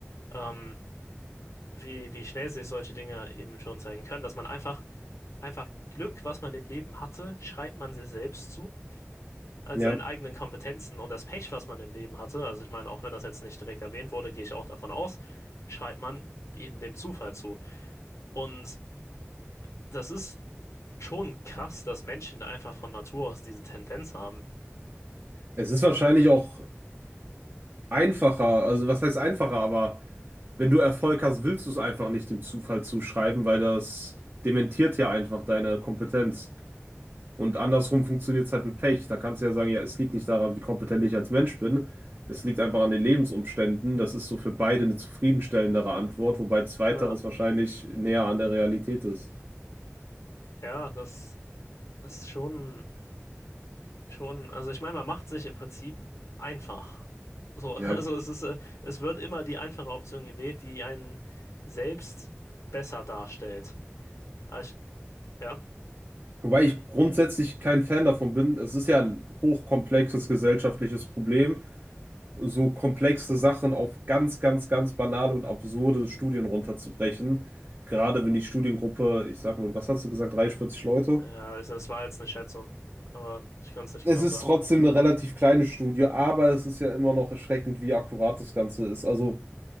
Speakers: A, on the left; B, on the right.
A: Ähm, wie, wie schnell sich solche Dinge eben schon zeigen können, dass man einfach, einfach Glück, was man im Leben hatte, schreibt man sich selbst zu, also
B: ja.
A: seinen eigenen Kompetenzen und das Pech, was man im Leben hatte, also ich meine, auch wenn das jetzt nicht direkt erwähnt wurde, gehe ich auch davon aus, schreibt man eben dem Zufall zu. Und das ist schon krass, dass Menschen einfach von Natur aus diese Tendenz haben.
B: Es ist wahrscheinlich auch einfacher, also was heißt einfacher, aber wenn du Erfolg hast, willst du es einfach nicht dem Zufall zuschreiben, weil das dementiert ja einfach deine Kompetenz. Und andersrum funktioniert es halt mit Pech. Da kannst du ja sagen, ja, es liegt nicht daran, wie kompetent ich als Mensch bin. Es liegt einfach an den Lebensumständen. Das ist so für beide eine zufriedenstellendere Antwort, wobei zweiteres
A: Na,
B: wahrscheinlich näher an der Realität ist.
A: ja, das, das ist schon Schon, also ich meine, man macht sich im Prinzip einfach. So, <laughs> also
B: Ja.
A: es ist, äh, es wird immer die einfache Option gewählt, die einen selbst besser darstellt. Ah, ich, ja,
B: Wobei ich grundsätzlich kein Fan davon bin. Es ist ja ein hochkomplexes gesellschaftliches Problem, so komplexe Sachen auf ganz, ganz, ganz banale und absurde Studien runterzubrechen. Gerade wenn die Studiengruppe, ich sag mal, was hast du gesagt, 30, 40 Leute?
A: ja, also das war jetzt eine Schätzung, aber ich kann es nicht
B: Es
A: genau
B: ist
A: sagen.
B: trotzdem eine relativ kleine Studie, aber es ist ja immer noch erschreckend, wie akkurat das Ganze ist. Also